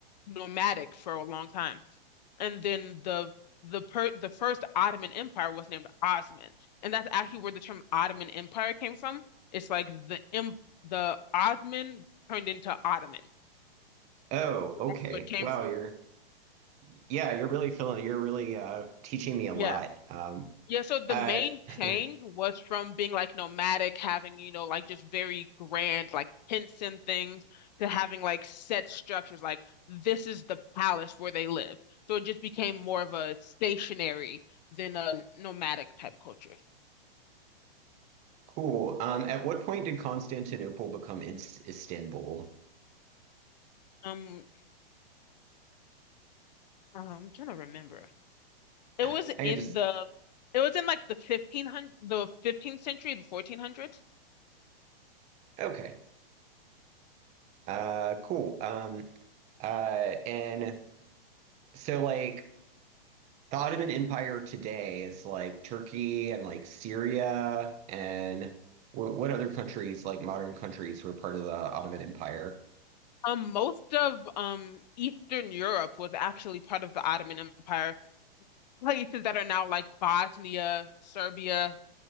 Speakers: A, on the left; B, on the right.
A: nomadic for a long time, and then the the per, the first Ottoman Empire was named Osman, and that's actually where the term Ottoman Empire came from. It's like the em, the Ottoman turned into Ottoman,
B: Oh,
A: so that's
B: okay.
A: where it came
B: Wow,
A: from.
B: you're yeah, you're really feeling you're really uh teaching me a
A: Yeah.
B: lot. Um
A: Yeah, so the
B: uh
A: main change
B: <laughs>
A: was from being like nomadic, having, you know, like just very grand, like hints and things, to having like set structures, like this is the palace where they live. So it just became more of a stationary than a nomadic type culture.
B: cool. Um at what point did Constantinople become Ins Istanbul?
A: Um, uh, I'm trying to remember. It
B: Ah,
A: was
B: I
A: in
B: could just
A: the, it was in like the 1500, the 15th century, the 1400s.
B: okay. Uh, cool. Um, uh, and so like the Ottoman Empire today is like Turkey and like Syria and what, what other countries, like modern countries, were part of the Ottoman Empire?
A: Um, most of um Eastern Europe was actually part of the Ottoman Empire. places that are now like Bosnia, Serbia,